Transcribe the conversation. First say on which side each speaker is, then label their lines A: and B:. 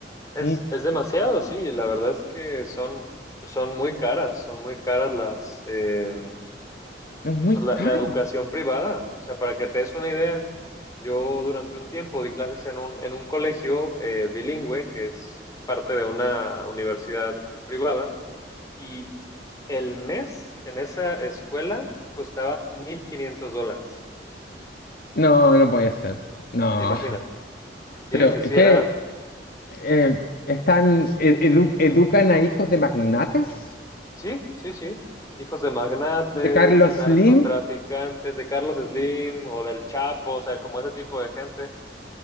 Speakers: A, on the left (about 20°); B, on the left (about 60°).
A: es,
B: Y
A: es demasiado, sí, la verdad es que son, son muy caras, son muy caras las, eh,
B: Es muy
A: pues la,
B: caro.
A: la educación privada. O sea, para que te des una idea, yo durante un tiempo di clases en un, en un colegio eh, bilingüe que es parte de una universidad privada. y el mes en esa escuela costaba 1.500 dólares.
B: No, no puede ser. No.
A: Imagina. Sí,
B: Pero
A: sí,
B: es
A: sí,
B: que
A: era.
B: eh, están, e- edu- educan a hijos de magnates,
A: Sí, sí, sí. Hijos de magnates,
B: de Carlos
A: narcotraficantes,
B: Slim.
A: de Carlos Slim o del Chapo, o sea, como ese tipo de gente.